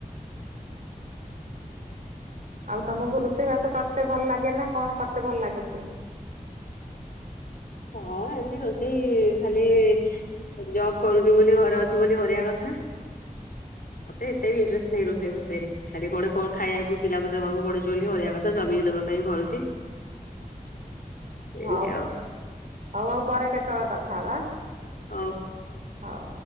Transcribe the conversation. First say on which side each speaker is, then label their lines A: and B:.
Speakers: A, on the right; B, on the left.
A: <inaudible> ଆଉ ତମକୁ ରୋଷେଇ ବାସ କରତେ ଭଲ ଲାଗେ ନା କଣ କରତେ ଭଲ ଲାଗେ ସବୁ।
B: ହଁ, ଏମିତି ରୋଷେଇ ଖାଲି ଜବ୍ କରୁନି ବୋଲି ଘରେ ଅଛି ବୋଲି କରିବା କଥା। ମତେ ଏତେ ବି ଇଣ୍ଟରେଷ୍ଟ ନାହିଁ ରୋଷେଇ, ଫୋସେଇରେ। ଖାଲି କ-ଗୋଟେ କ -ଖାଇବାକୁ ପିଲାକୁ ଦବାକୁ ପଡୁଚି ବୋଲି କରିବା କଥା ସ୍ଵାମୀକୁ ଦବା ପାଇଁ କରୁଚି।
A: <inaudible> ହଉ,
B: ଏମିତି
A: ହଉ,
B: ଆଉ
A: ହଉ, ଆଉ ପରେ କେତେବେଳେ କଥା ହବା
B: ହଉ
A: ହଉ।